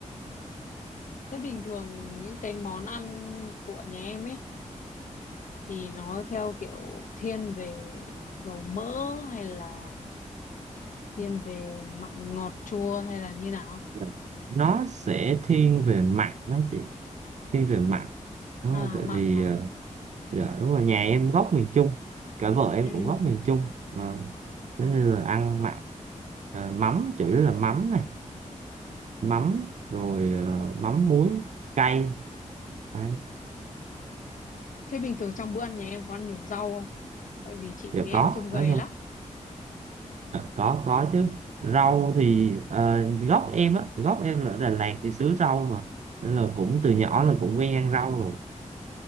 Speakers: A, on the left; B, on the right.
A: thế bình thường những cái món ăn của nhà em ấy thì nó theo kiểu thiên về dầu mỡ hay là thiên về mặn ngọt chua hay là như nào?
B: Dạ. Nó sẽ thiên về mặn đó chị Thiên về mặn đó,
A: À
B: Tại
A: mặn
B: vì
A: à.
B: ờ, dạ, đúng rồi nhà em gốc miền Trung Cả vợ em
A: Ừ.
B: cũng gốc miền Trung mà Thế nên là ăn mặn Ờ, Mắm chủ yếu là mắm này Mắm rồi ờ, mắm muối cay Đấy,
A: Thế bình thường trong bữa ăn nhà em có ăn nhiều rau không? Tại vì chị
B: đều
A: thấy em
B: có
A: trông gầy
B: Đó,
A: lắm.
B: có có chứ rau thì ờ, gốc em á gốc em là ở Đà Lạt thì xứ rau mà nên là cũng từ nhỏ là cũng quen ăn rau rồi